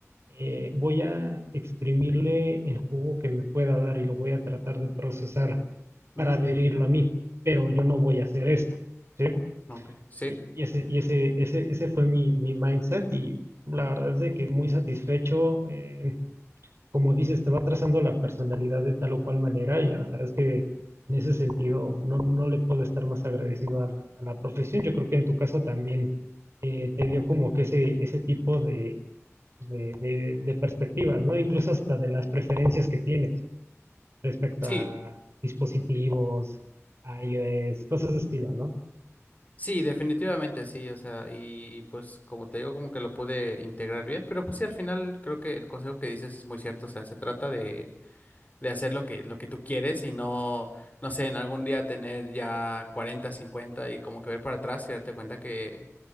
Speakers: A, on the right; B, on the left.
A: eh, voy a exprimirle el jugo que me pueda dar y lo voy a tratar de procesar
B: ujú,
A: para adherirlo a mí, pero yo no voy a hacer esto, ¿sí?
B: ok, sí,
A: Y y ese, y ese, ese, ese fue mi, mi mindset y la verdad es de que muy satisfecho. eh, como dices, te va trazando la personalidad de tal o cual manera y la verdad es que en ese sentido no, no le puedo estar más agradecido a la, a la profesión. Yo creo que en tu caso también eh, te dio como que ese, ese tipo de, de, de, de perspectivas, ¿no? Incluso hasta de las preferencias que tienes respecto
B: sí,
A: a dispositivos, a iOS, cosas de estilo, ¿no?
B: sí, definitivamente sí, o sea, y, y pues como te digo, como que lo pude integrar bien, pero pues sí, al final creo que el consejo que dices es muy cierto, o sea, se trata de de hacer lo que, lo que tú quieres y no, no sé, en algún día tener ya 40 50 y como que ver para atrás y darte cuenta que